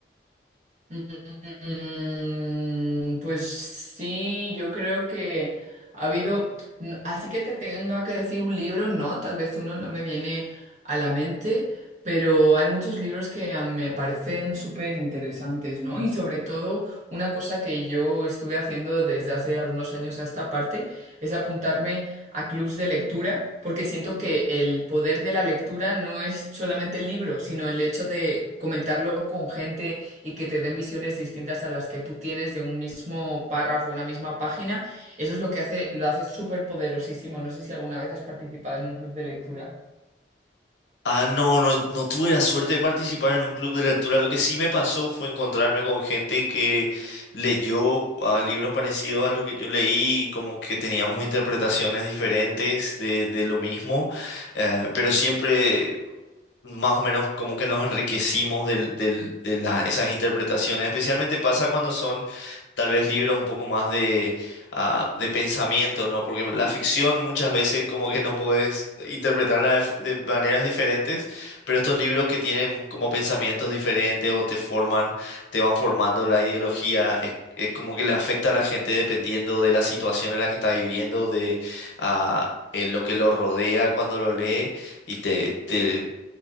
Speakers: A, on the right; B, on the left.
A: Mm, pues sí, yo creo que ha habido, n- así que te tenga que decir un libro, no, tal vez uno no me viene a la mente, pero hay muchos libros que a- me parecen súper interesantes, ¿no? Y sobre todo una cosa que yo estuve haciendo desde hace algunos años a esta parte es apuntarme a clubs de lectura, porque siento que el poder de la lectura no es solamente el libro, sino el hecho de comentarlo con gente y que te den visiones distintas a las que tú tienes de un mismo párrafo, una misma página, eso es lo que hace, lo hace súper poderosísimo. No sé si alguna vez has participado en un club de lectura.
B: Ah, no, no, no tuve la suerte de participar en un club de lectura. Lo que sí me pasó fue encontrarme con gente que leyó ah, libros parecidos a los que yo leí, como que teníamos interpretaciones diferentes de, de lo mismo, eh, pero siempre más o menos como que nos enriquecimos del- del- de la- esas interpretaciones. Especialmente pasa cuando son tal vez libros un poco más de, ah, de pensamiento, ¿no? Porque la ficción muchas veces como que no puedes interpretarla de, f- de maneras diferentes, pero estos libros que tienen como pensamientos diferentes o te forman, te van formando la ideología. Es, es como que le afecta a la gente dependiendo de la situación en la que está viviendo, de ah, eh, lo que lo rodea cuando lo lee y te, te